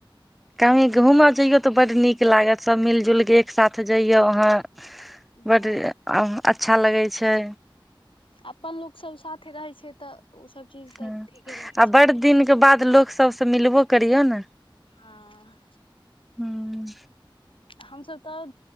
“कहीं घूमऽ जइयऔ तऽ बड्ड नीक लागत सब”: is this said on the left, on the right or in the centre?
Centre